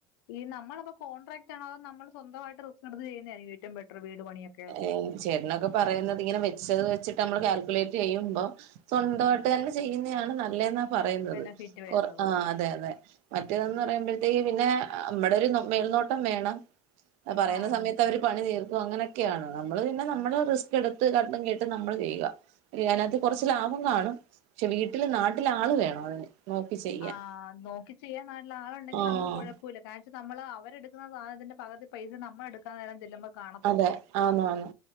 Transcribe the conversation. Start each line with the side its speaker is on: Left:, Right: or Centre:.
Left: ഈ നമ്മളപ്പോ കോൺട്രക്ട് ആണോ നമ്മള് സ്വന്തമായിട്ട് റിസ്ക്കെടുത്‌ ചെയുന്നതായിരിക്കൊ ഏറ്റം ബെറ്റർ വീട് പണിയൻ.
Right: ഏഹ് ചേടനൊക്കെ പറയുന്നത് ഇങ്ങനെ വെച്ചത് വെച്ചിട്ട് നമ്മള് കാൽക്കുലേറ്റ് ചെയ്യുമ്പോ സ്വൻതമായിട്ട്
Left: ഉം
Right: തന്നെ ചെയ്യുന്നയാണ് നല്ലതെന്നാ പറയുന്നത്.
Left: ബെനഫിറ്റ് വരുന്നത്
Right: ആഹ് അതെ അതെ. മറ്റേതെന്ന് പറയുമ്പോഴത്തേക്ക് പിന്നെ മ്മടെ ഒരു മേൽനോട്ടം വേണം. പറയുന്ന
Left: ആഹ്
Right: സമയത്ത് അവര് പണി തീർക്കൊ അങ്ങനെ ക്കാണ് നമ്മള് പിന്നെ നമ്മള റിസ്ക് എടുത്ത് കണ്ടും കേട്ടും നമ്മള് ചെയ്യുക അതിനകത്ത് കുറച്ച് ലാഭം കാണും പക്ഷെ വീട്ടില് നാട്ടിൽ ആള് വേണം അതിന് നോക്കി ചെയ്യാൻ
Left: ആഹ് നോക്കി ചെയ്യാൻ നല്ല ആളുണ്ടെങ്കിൽ
Right: ആഹ്
Left: നമുക്ക് കുഴപ്പമില്ല പ നമ്മള് അവരെടുക്കുന്ന സാധനത്തിന്റെ പകുതി പൈസ നമ്മള എടുക്കാന്ന നേരം ചെല്ലുമ്പ കാണത്തുള്ളൂ
Right: അതെ ആന്ന് ആന്ന്